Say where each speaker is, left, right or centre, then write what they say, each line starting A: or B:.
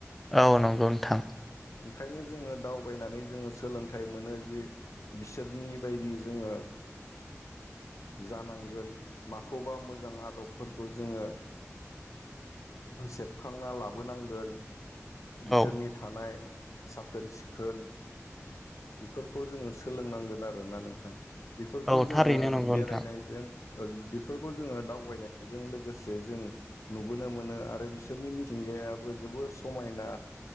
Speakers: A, in the centre; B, on the left.
A: औ नंगौ नोंथां।
B: ओंखायनो जोङो दावबायनानै जोङो सोलोंथाइ मोनो जे बिसोरनि बायदि जोङो जानांगोन माखौबा मोजां आदबफोरखौ जोङो सेबखांना लाबोनांगोन। बिसोरनि
A: औ
B: थानाय साखोन-सिखोन बेफोरखौ जोङो सोलोंनांगोन आरोना नोंथां। बेफोरखौ
A: औ
B: जोङो
A: थारैनो नंगौ
B: बेरायनायजों
A: नोंथां
B: बेफोरखौ जोङो दावबायनायजों लोगोसे जों नुबोनो मोनो आरो बिसोरनि मिथिंगायाबो जोबोर समायना।